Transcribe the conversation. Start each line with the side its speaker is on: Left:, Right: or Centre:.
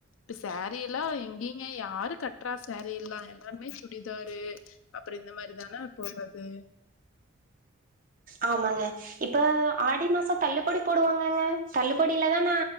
Left: இப்ப சேரீல்லா எங்கிங்க யாரு கட்றா சேரீல்லா எல்லாருமே சுடி டிதாரு அப்பறோ இந்த மாரி தான போறது
Right: ஆமாங்க இப்ப ஆடி மாசோ தள்ளுபடி போடுவாங்கங்க தள்ளுபடியிலதா நா